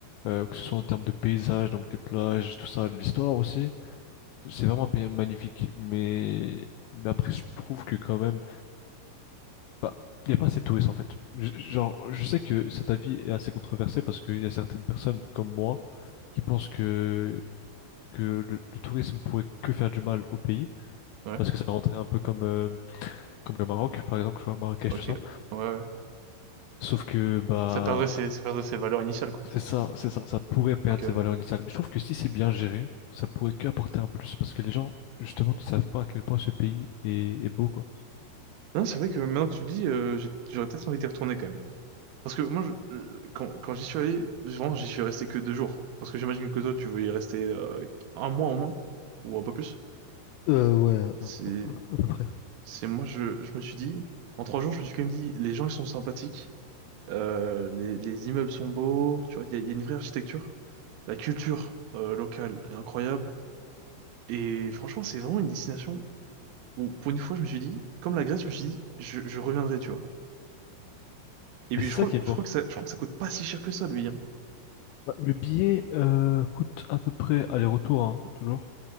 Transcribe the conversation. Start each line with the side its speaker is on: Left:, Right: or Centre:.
Left: euh, que ce soit en termes de paysage, donc des plages, tout ça, de l'histoire aussi. C'est vraiment un pays magnifique, mais, mais après, je trouve que quand même, bah, il n'y a pas assez de touristes en fait. Je- Genre, je sais que cet avis est assez controversé parce qu'il y a certaines personnes comme moi qui pensent que, que le, le tourisme pourrait que faire du mal au pays
Right: Ouais,
Left: parce que ça rendrait un peu comme, euh, comme le Maroc, par exemple, tu vois, Marrakech,
Right: ok.
Left: tout ça.
Right: Ouais, ouais.
Left: Sauf que, bah,
Right: Ça perdrait ses, ça perdrait ses valeurs initiales, quoi.
Left: c'est ça, c'est ça, ça pourrait perdre
Right: Ok,
Left: ses
Right: ouais.
Left: valeurs initiales. Mais je trouve que si c'est bien géré, ça pourrait qu'apporter un plus parce que les gens, justement, ne savent pas à quel point ce pays est, est beau, quoi.
Right: Non, c'est vrai que maintenant que tu le dis, euh, j'ai- j'aurais peut-être envie d'y retourner quand même. Parce que moi, je- euh, quand, quand j'y suis allé, vraiment, j'y suis resté que deux jours. Parce que j'imagine que toi, tu veux y rester euh, un mois au moins, ou un peu plus.
Left: Euh, ouais, à
Right: C'est,
Left: peu près.
Right: c'est moi, je, je me suis dit, en trois jours, je me suis quand même dit, les gens, ils sont sympathiques, euh, les, les immeubles sont beaux, tu vois, il y, a il y a une vraie architecture. La culture euh, locale est incroyable. Et franchement, c'est vraiment une destination où, pour une fois, je me suis dit, comme la Grèce, je me suis dit, je, je reviendrai, tu vois. Et
Left: Mais
Right: puis,
Left: c'est
Right: je crois,
Left: ça qui est bon.
Right: je crois que ça, je crois que ça coûte pas si cher que ça, lui, hein.
Left: Bah, Le billet euh, coûte à peu près aller-retour, hein, toujours,